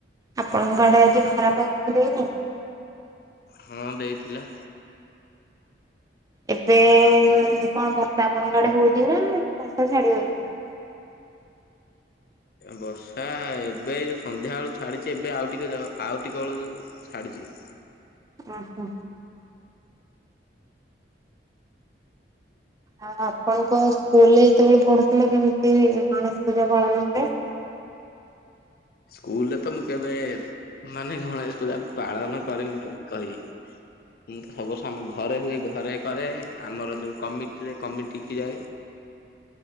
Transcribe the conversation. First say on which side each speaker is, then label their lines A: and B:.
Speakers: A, on the right; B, on the left.
A: ଆପଣଙ୍କ ଆଡେ ଆଜି ଖରାପ <unintelligible> ଦେଇନି।
B: ହୁଁ ଦେଇଥିଲା।
A: ଏବେ କଣ ବର୍ଷା ଆପଣଙ୍କ ଆଡେ ହଉଛି ନା ବର୍ଷା ଛାଡିଗଲାଣି?
B: ବର୍ଷା ଏବେ ଯୋଉ ସନ୍ଧ୍ୟା ବେଳୁ ଛାଡିଛି ଏବେ ଆଉ ଟିକେ ଯା ଆଉ ଟିକେ ବେଳୁ ଛାଡି ଚି
A: ଓ ହୋ ଆ ଆପଣଙ୍କ ସ୍କୁଲରେ ଯେତେବେଳେ ପଢୁଥିଲେ କେମିତି ଗଣେଶ ପୂଜା ପାଳନ ହୁଏ?
B: ସ୍କୁଲରେ ତ ମୁଁ କେବେ ମାନେ ଗଣେଶ ପୂଜା ପାଳନ କରିନି କେବେ କହିବି। ମୁ ତ ସବୁ ବର୍ଷ ଆମ ଘରେ ହୁଏ ଘରେ କରେ ଆମର ଯେଉଁ କମିଟିରେ କମିଟି କିି ଯାଏ